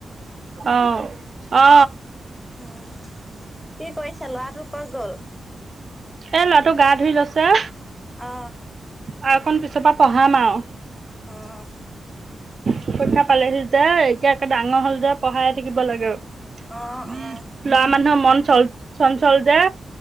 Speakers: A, on the right; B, in the centre.
A: অ অ
B: উম কি কৰিছা? ল'ৰাটো ক'ত গ'ল?
A: এ ল'ৰাটো গা ধুই লৈছে অ।
B: অ।
A: আৰু অকণ পিছ পা পঢ়াম আও।
B: অহ।
A: পৰীক্ষা পালেহি যে এতিয়া একে ডাঙৰ হ'ল যে পঢ়াই থাকিব লাগে।
B: অঁ
A: ল'ৰা
B: অঁ
A: মানুহ মন চন চঞ্চল যে।